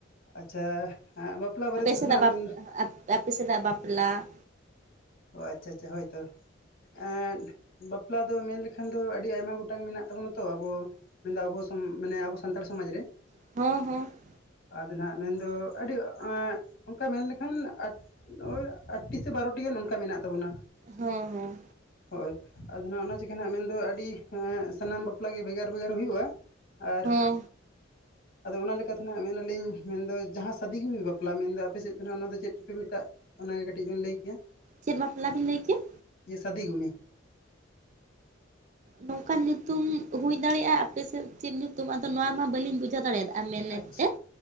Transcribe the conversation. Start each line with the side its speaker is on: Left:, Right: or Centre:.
Left: ᱟᱪᱪᱷᱟ ᱦᱟᱸᱜ ᱵᱟᱯᱞᱟ ᱵᱟᱨᱮ ᱛᱮᱫᱚ
Right: ᱥᱮᱫᱟᱜ
Left: ᱱᱟᱸᱜ
Right: ᱵᱟᱯᱞᱟ
Left: ᱢᱮᱱ
Right: ᱟᱯᱮ ᱥᱮᱫᱟᱜ ᱵᱟᱯᱞᱟ
Left: ᱚ ᱟᱪᱪᱷᱟ ᱟᱪᱪᱷᱟ ᱦᱳᱭᱛᱚ᱾ ᱮᱫᱻ ᱵᱟᱯᱞᱟ ᱫᱚ ᱢᱮᱱ ᱞᱮᱠᱷᱟᱱ ᱫᱚ ᱟᱹᱰᱤ ᱟᱭᱢᱟ ᱜᱚᱴᱟᱝ ᱢᱮᱱᱟᱜ ᱛᱟᱵᱚᱱᱟ ᱛᱚ ᱟᱵᱚ ᱢᱮᱱᱫᱚ ᱟᱵᱚ ᱥᱚᱢ ᱢᱟᱱᱮ ᱟᱵᱚ ᱥᱟᱱᱛᱟᱲ ᱥᱚᱢᱟᱡᱽ ᱨᱮ᱾
Right: <inaudible>
Left: ᱟᱫᱚ ᱱᱟᱜ ᱢᱮᱱᱫᱚ ᱟᱹᱰᱤ ᱮᱜ ᱚᱱᱠᱟ ᱢᱮᱱ ᱞᱮᱠᱷᱟᱱ ᱟᱰ ᱳᱭ ᱟᱴ ᱴᱤ ᱥᱮ ᱵᱟᱨᱚᱴᱤ ᱜᱟᱱ ᱚᱱᱠᱟ ᱢᱮᱱᱟᱜ ᱛᱟᱵᱚᱱᱟ᱾
Right: ᱦᱩᱸ ᱦᱩᱸ
Left: ᱦᱳᱭ ᱟᱫᱚ ᱱᱟᱸᱜ ᱚᱱᱟ ᱪᱤᱠᱮ ᱱᱟᱜ ᱢᱮᱱᱫᱚ ᱟᱹᱰᱤ ᱮᱜ ᱥᱟᱱᱟᱢ ᱵᱟᱯᱞᱟ ᱜᱮ ᱵᱷᱮᱜᱟᱨ ᱵᱷᱮᱜᱟᱨ ᱦᱩᱭᱩᱜᱼᱟ᱾ ᱟᱨ
Right: ᱦᱚᱸ
Left: ᱟᱫᱚ ᱚᱱᱟ ᱞᱮᱠᱟᱛᱮ ᱱᱟᱸᱜ ᱢᱮᱱᱟᱞᱤᱧ ᱢᱮᱱᱫᱚ ᱡᱟᱦᱟᱸ ᱥᱟᱫᱤ ᱜᱮᱵᱤᱱ ᱵᱟᱯᱞᱟ ᱢᱮᱱᱫᱚ ᱟᱯᱮ ᱥᱮᱫ ᱫᱚ ᱱᱟᱸᱜ ᱚᱱᱟ ᱫᱚ ᱪᱮᱫ ᱪᱚᱯᱮ ᱢᱮᱛᱟᱜ ᱚᱱᱟᱜᱮ ᱠᱟᱹᱴᱤᱡ ᱵᱤᱱ ᱞᱟᱹᱭ ᱠᱮᱭᱟ ᱾
Right: ᱪᱮᱫ ᱵᱟᱯᱞᱟ ᱵᱤᱱ ᱞᱟᱹᱭ ᱠᱮᱫ?
Left: <inaudible>
Right: ᱱᱚᱝᱠᱟᱱ ᱧᱩᱛᱩᱢ ᱦᱩᱭ ᱫᱟᱲᱮᱜ-ᱟ, ᱟᱯᱮ ᱥᱮᱫ ᱪᱮᱫ ᱧᱩᱛᱩᱢ ᱟᱫᱚ ᱱᱚᱣᱟ ᱢᱟ ᱵᱟᱹᱞᱤᱧ ᱵᱩᱡᱷᱟᱹᱣ ᱫᱟᱲᱮᱭᱟᱫᱟ ᱾ ᱢᱮᱱᱮᱫ
Left: ᱟᱪᱪᱷᱟ
Right: ᱛᱮᱫ,